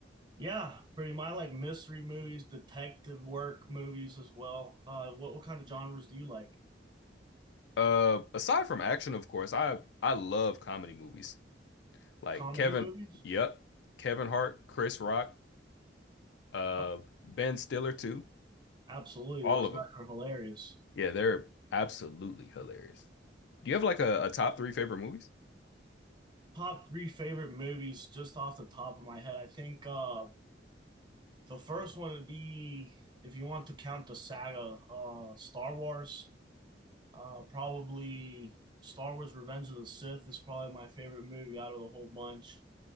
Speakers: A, on the right (about 25°); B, on the left (about 70°).
A: Yeah, pretty much. I like mystery movies, detective work movies as well. Uh, what what kind of genres do you like?
B: Uh, aside from action, of course, I I love comedy movies. Like
A: Comedy
B: Kevin,
A: movies?
B: yep, Kevin Hart, Chris Rock, uh,
A: Oh,
B: Ben Stiller too.
A: absolutely.
B: All
A: Those
B: of
A: guys
B: them.
A: are hilarious.
B: Yeah, they're absolutely hilarious. Do you have like a, a top three favorite movies?
A: Top three favorite movies just off the top of my head. I think uh the first one would be if you want to count the saga, uh Star Wars. Uh probably Star Wars Revenge of the Sith is probably my favorite movie out of the whole bunch.